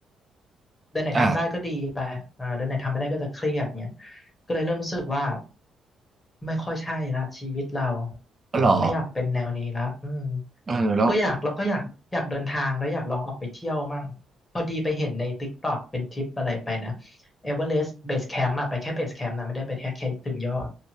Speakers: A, on the left; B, on the right.
A: ำเดือนไหนทำได้ก็ดีไปอ่าเดือนไหนทำไม่ได้ก็จะเครียดเงี้ย
B: อ่า
A: ก็เลยเริ่มรู้สึกว่าไม่ค่อยใช่ละชีวิตเรา
B: อ๋อเหรอ
A: ไม่อยากเป็นแนวนี้ละอืม
B: เออแล้ว
A: ก็อยากแล้วก็อยากอยากเดินทางแล้วอยากลองออกไปเที่ยวมั่งพอดีไปเห็นใน TikTok เป็นทริปอะไรไปนะเอเวอเรสต์เบสแคมป์อะไปแค่เบสแคมป์นะไม่ได้ไปแค่แค่ถึงยอด